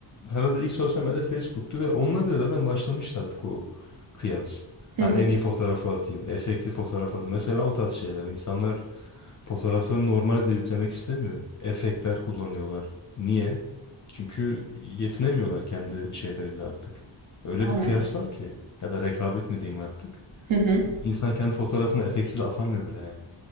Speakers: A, on the left; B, on the right.
A: herhalde ilk sosyal medya Facebook'tu ve onunla bile zaten başlamıştı artık o kıyas.
B: Hı
A: Hani
B: hı.
A: en iyi fotoğrafı atayım, efektli fotoğraf atayım. Mesela o tarz şeyler. İnsanlar fotoğraflarını normalde yüklemek istemiyor. Efektler kullanıyorlar. Niye? Çünkü yetinemiyorlar kendi şeyleriyle artık. Öyle
B: Aynen.
A: bir kıyas var ki. Ya da rekabet mi diyeyim artık.
B: Hı hı.
A: İnsan kendi fotoğrafını efektsiz atamıyor bile yani.